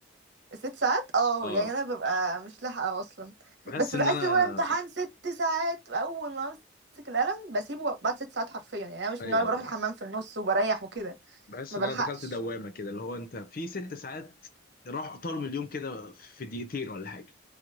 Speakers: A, on the right (about 60°); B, on the left (about 45°).
A: ست ساعات اه
B: اه
A: يعني انا ببقى مش لاحقه اصلا
B: بحس
A: بس
B: ان
A: بحس
B: انا
A: هو امتحان ست ساعات اول ما امسك القلم بسيبه بعد ست ساعات حرفيا يعني انا مش من
B: ايوه
A: النوع اللي بروح الحمام في النص وبريح وكده
B: بحس
A: ما
B: ان
A: بلحقش
B: انا دخلت دوامه كده اللي هو انت في ست ساعات راح طارم اليوم كده في دقيقتين ولا حاجه